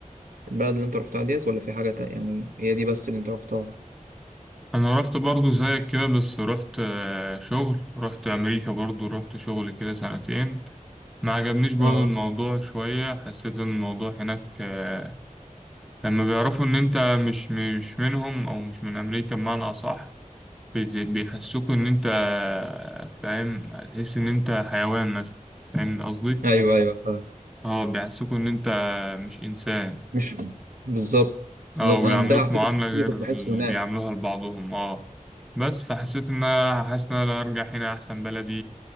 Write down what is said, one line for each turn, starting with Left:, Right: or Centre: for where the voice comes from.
Right: البلد اللي انت رحتها ديت ولا في حاجه تانية يعني هي دي بس اللي انت رحتها
Centre: انا رحت برضو زيك كده بس رحت آه، شغل رحت امريكا برضو رحت شغل كده سنتين ما عجبنيش برضو
Right: اه
Centre: الموضوع شوية حسيت ان الموضوع هناك آه، لما بيعرفوا ان انت مش مش منهم او مش من امريكا بمعنى اصح بيت- بيحسوك ان انت آه، فاهم هتحس ان انت حيوان مثلا فاهم قصدي
Right: ايوه ايوه
Centre: اه بيحسوك ان انت مش انسان
Right: مش بالظبط بالظبط
Centre: اه بيعاملوك
Right: انا ده على
Centre: معاملة
Right: فكره نفس
Centre: غير
Right: اللي كنت
Centre: اللي
Right: بحسه هناك
Centre: بيعاملوها لبعضهم اه بس فحسيت ان انا حاسس ان انا لو ارجع هنا احسن بلدي